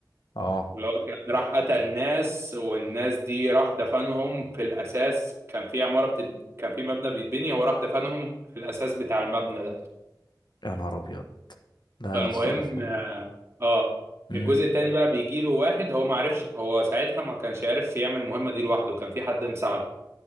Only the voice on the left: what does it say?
اه
يا نهار ابيض لا
يا اسطى الافلام
امم